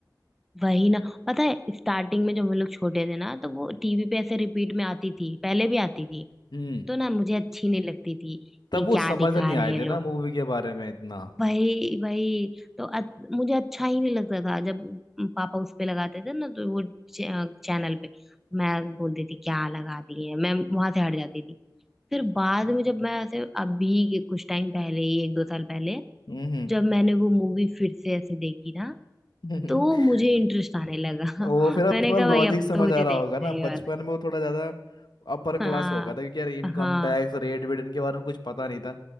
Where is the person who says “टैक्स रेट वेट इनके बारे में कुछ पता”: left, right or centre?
Left